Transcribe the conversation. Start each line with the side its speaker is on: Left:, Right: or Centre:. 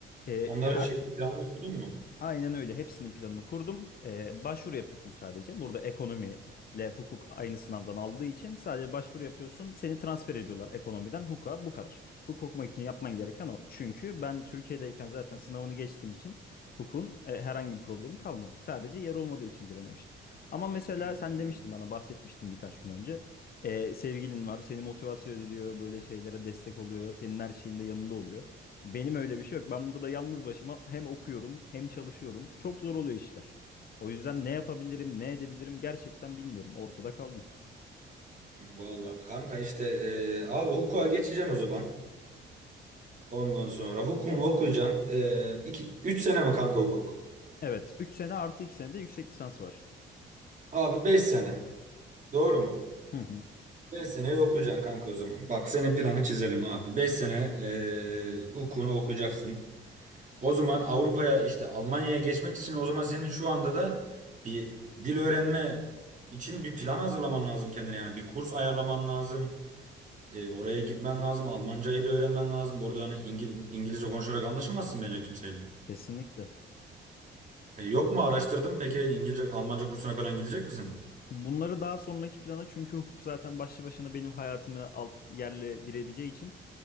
Left: E,
Right: Onların
Left: her
Right: şeyini planını kurdun mu?
Left: Aynen öyle. Hepsinin planını kurdum. Ee, başvuru yapıyorsun sadece. Burada ekonomiyle hukuk aynı sınavdan aldığı için sadece başvuru yapıyorsun. Seni transfer ediyorlar ekonomiden hukuka bu kadar. Hukuk okumak için yapman gereken o. Çünkü ben Türkiye'deyken zaten sınavını geçtiğim için hukukun e, herhangi bir problemi kalmadı. Sadece yer olmadığı için girememiştim. Ama mesela
Right: Hı,
Left: sen demiştin
Right: hı.
Left: bana bahsetmiştin birkaç gün önce. Ee, sevgilin var, seni motivasyon ediyor, böyle şeylere destek oluyor, senin her şeyinde yanında oluyor. Benim öyle bir şey yok. Ben burada yalnız başıma hem okuyorum hem çalışıyorum. Çok zor oluyor işler. O yüzden ne yapabilirim, ne edebilirim gerçekten bilmiyorum. Ortada kaldım.
Right: Vallahi kanka işte e, abi hukuka geçeceksin o zaman. Ondan sonra hukukunu okuyacaksın. E, iki, üç sene mi kanka hukuk?
Left: Evet, 3 sene artı 2 sene de yüksek lisans var.
Right: Abi 5 sene. Doğru mu?
Left: Hı hı,
Right: 5 seneyi okuyacaksın kanka o zaman. Bak senin planı çizelim abi. 5 sene eee hukukunu okuyacaksın. O zaman Avrupa'ya işte Almanya'ya geçmek için o zaman senin şu anda da bir dil öğrenme için bir plan hazırlaman lazım kendine. Yani bir kurs ayarlaman lazım. Eee, oraya gitmen lazım. Almancayı da öğrenmen lazım. Orada hani İngil- İngilizce konuşarak anlaşamazsın bence kimseyle.
Left: kesinlikle.
Right: E, yok mu araştırdın? Peki İngilizce, Almanca kursuna falan gidecek misin?
Left: Bunları daha sonraki plana çünkü hukuk zaten başlı başına benim hayatımı alt yerle bir edeceği için